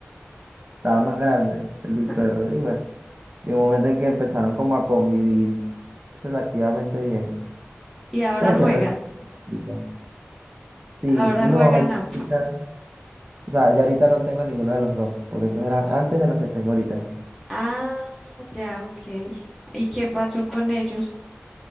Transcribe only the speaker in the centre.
<laughs>
Y ahora
juegan,
ahora
juegan
ambos.
Ah, ya, ok. ¿Y qué pasó con ellos?